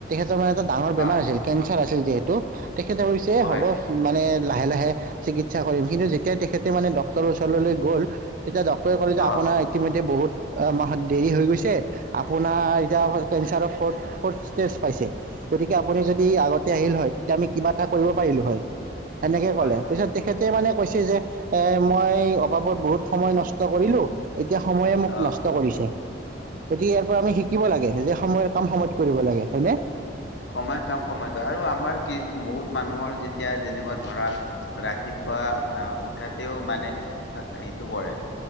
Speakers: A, on the right (about 45°); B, on the left (about 70°).
A: <unintelligible> ডাঙৰ বেমাৰ
B: অ
A: হৈছিল কেন্সাৰ আছিল যিহেতু তেখেতে কৈছে
B: হয়
A: হব, মানে <unintelligible> লাহে লাহে চিকিৎসা কৰিম কিন্তু যেতিয়া তেখেতে মানে ডক্তৰ ওচৰলৈ গল তেতিয়া ডক্ত ৰে কলে যে
B: অ
A: আপোনাৰ ইতিমধ্যে বহুত মাহত দেৰি হৈ গৈছে আপোনাৰ এতিয়া কেঞ্চাৰৰ ফৰৰ্ট, ফৰ্টথ ষ্টেজ পাইছে, গতিকে আপুনি যদি আগতে আহিল হয়, তেতিয়া আমি কিবা এটা কৰিব পাৰিলো হয়। সেনেকে
B: হয়
A: ক'লে
B: হয়
A: পিছত তেখেতে মানে কৈছে যে এ মই অবাবত বহুত সময় নষ্ট কৰিলো এতিয়া সময়ে মোক
B: অ
A: নষ্ট কৰিছে গতিকে ইয়াৰ পৰা আমি শিকিব লাগে যে সময় কাম সময়ত কৰিব লাগে হয় নে
B: সময়ত কাম সময়ত আৰু আমাৰ কি বহুত মানুহৰ যেতিয়া যেনেকুৱা ধৰা ৰা ৰাতিপুৱা আহ উঠাতেও মানে সেইটো কৰে